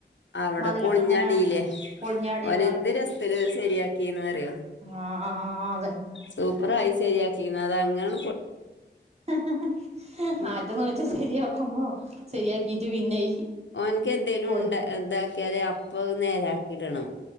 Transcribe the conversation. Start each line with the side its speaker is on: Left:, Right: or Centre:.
Left: അവിടെ
Right: മതിലൊക്കെ
Left: പൊളിഞ്ഞാടില്ലേ
Right: ഇങ്ങനെ പൊളിഞ്ഞാടിയ
Left: ഓന എന്ത് രസൽ ശരിയാക്കിന്ന് പറിയോ
Right: ആഹ
Left: സൂപ്പർയി ശരിയാക്കിന്ന അതങ്ങനെ
Right: ഹ ഹ
Left: ഉം.
Right: ആ ശരിയാക്കുമ്പോ ശരിയാക്കീട്ട് പിന്നെ
Left: എനിക്ക് എന്തേലും
Right: പൊളി
Left: ഉണ്ട എന്താക്കിയാല് അപ്പൊ നേരാക്കിടണം